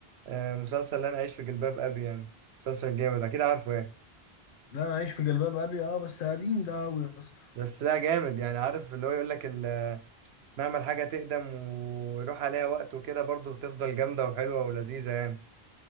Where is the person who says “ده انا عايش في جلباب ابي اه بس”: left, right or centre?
Left